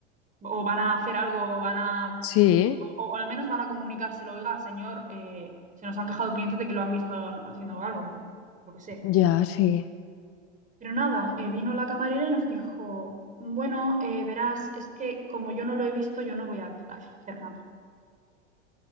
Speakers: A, on the right; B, on the left.
A: O van a hacer algo, o van a...
B: Sí,
A: O, o al menos van a comunicárselo, oiga, señor, eh, se nos han quejado clientes de que lo han visto haciendo algo, o lo que sea.
B: ya, sí.
A: Pero nada, eh, vino la camarera y nos dijo, bueno, eh, verás, es que como yo no lo he visto, yo no voy a hacer nada.